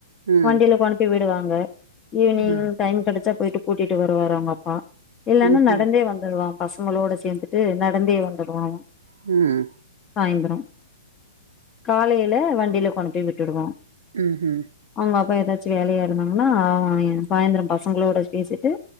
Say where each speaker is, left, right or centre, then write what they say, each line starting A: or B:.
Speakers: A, on the right; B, on the left.
A: ம்
B: வண்டியில கொண்டு போய் விடுவாங்க ஈவ்னிங்
A: ம்
B: டைம் கெடச்சா போயிட்டு கூட்டிட்டு வருவாரு அவுங்க அப்பா இல்லன்னா
A: ம்
B: நடந்தே
A: ம்
B: வந்துருவான் பசங்களோட சேர்ந்துட்டு நடந்தே வந்துடுவா அவன்
A: ம்
B: சாய்ந்த்ரோ காலையில வண்டியில கொண்டு போய் விட்டுடுவோ
A: ம் ஹூ
B: அவுங்க அப்பா ஏதாச்சு வேலையா இருந்தாங்கன்னா அவன் என் சாயந்திரோ பசங்ளோட பேசிட்டு